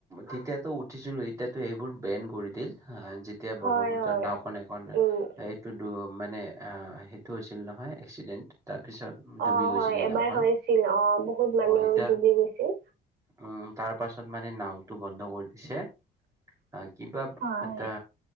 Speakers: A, on the right (about 20°); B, on the right (about 70°).
A: তেতিয়াতো উঠিছিলো, এতিয়াতো সেইবোৰ বেন কৰি দিল। অ যেতিয়া ব্ৰহ্মপুত্ৰৰ
B: হয় হয়
A: নাওখন এখন
B: উম
A: এইটো দু মানে সেইটো হৈছিল নহয় এক্সিডেণ্ট। তাৰপিছত ডুবি
B: অ
A: গৈছিলে
B: হয় এবাৰ
A: নাওখন
B: হৈছিল অ বহুত মানুহ
A: অহ এতিয়া।
B: ডুবি গৈছিল।
A: উম তাৰ তাৰ পাছত মানে নাওতটো বন্ধ কৰি দিছে, অহ কিবা
B: হয়
A: এটা